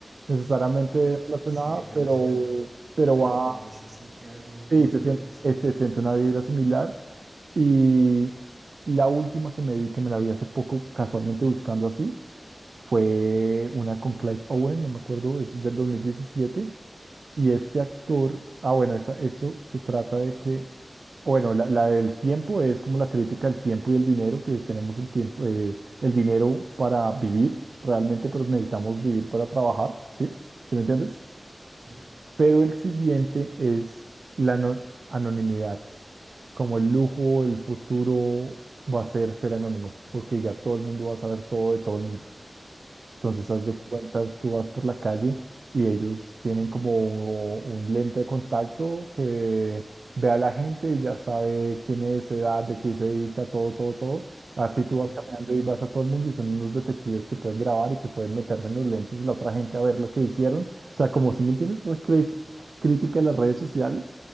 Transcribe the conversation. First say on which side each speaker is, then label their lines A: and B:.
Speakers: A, on the right; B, on the right.
A: necesariamente
B: No,
A: relacionada,
B: sí, relacionada.
A: pero, pero
B: pero
A: va,
B: como que se siente algo,
A: sí,
B: una
A: se
B: vibra
A: siente,
B: similar.
A: eh, se siente una vibra similar. Y la última que me vi, que me la vi hace poco casualmente buscando así, fue una con Clive Owen, no me acuerdo, es del 2017 y este actor, ah, bueno, esta- esto se trata de que, bueno, la, la del tiempo es como la crítica al tiempo y el dinero, que tenemos el tiempo, eh, el dinero para vivir realmente, pero necesitamos vivir para trabajar, ¿sí? ¿Sí me entiendes?
B: Sí. Sí,
A: Pero el siguiente es la ano- anonimidad, como el lujo, el futuro va a ser ser anónimo, porque ya todo el mundo va a saber todo de todo el mundo. Entonces,
B: claro.
A: haz de cuenta, tú vas por la calle y ellos tienen como un lente de contacto que ve a la gente y ya sabe quién es, edad, de qué se dedica, todo, todo, todo. Así tú
B: Bien.
A: vas caminando y vas a todo el mundo y son unos detectives que pueden grabar y que pueden meterse en los lentes de la otra gente a ver lo que hicieron. O sea, como si me entiendes, una cri- crítica a las redes sociales,